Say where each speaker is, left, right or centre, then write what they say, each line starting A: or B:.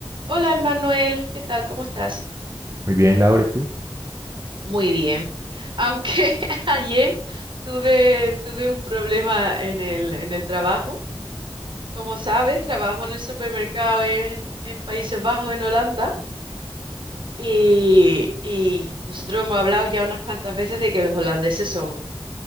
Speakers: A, on the right; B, on the right.
A: Hola, Emanuel, ¿qué tal? ¿Cómo estás?
B: Muy bien, Laura, ¿y tú?
A: Muy bien. Aunque <laughs> ayer tuve, tuve un problema en el, en el trabajo. Como sabes, trabajo en el supermercado en, en Países Bajos, en Holanda, y, y nosotros hemos hablado ya unas cuantas veces de que los holandeses son